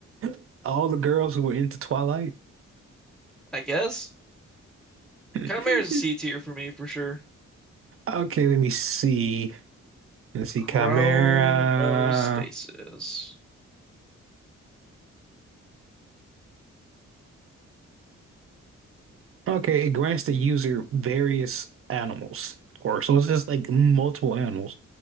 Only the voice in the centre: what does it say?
I guess
Chimera's a C
tier for me for sure.
Chronostasis.